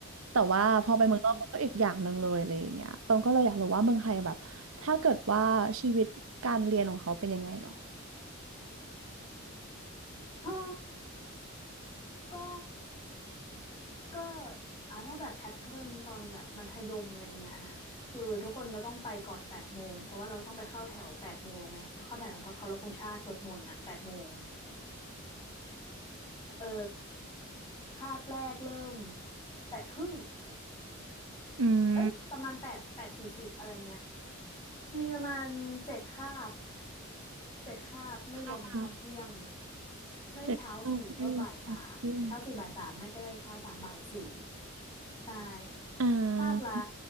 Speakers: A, on the right (about 85°); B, on the left (about 20°).
A: แต่ว่าพอไปเมืองนอกมันก็อีกอย่างหนึ่งเลยอะไรอย่างเงี้ยตองก็เลยอยากรู้ว่าเมืองไทยแบบถ้าเกิดว่าชีวิตการเรียนของเขาเป็นยังไงหรอ
B: อืมออ ก็ก็อ่ะถ้าแบบแพทเทิร์นตอนแบบมัธยมอะไรเงี้ยนะคือทุกคนก็ต้องไปก่อนแปดโมงเพราะว่าเราต้องไปเข้าแถวแปดโมงไงเข้าแถวเคารพธงชาติสวดมนต์อ่ะแปดโมงเออคาบแรกเริ่มแปดครึ่ง
A: อืม
B: เอ้ยประมาณแปดแปดสี่สิบอะไรเงี้ยมีประมาณเจ็ดคาบ เจ็ดคาบไม่รวมพักเที่ยง
A: ภาพ
B: ไม่เช้าสี่ก็บ่ายสามเช้าสี่บ่ายสามไม่ก็เช้าสามบ่ายสี่
A: เจ็ดภาพไม่ลงพากเที่ยง
B: ใช่
A: อ่
B: คาบละ
A: า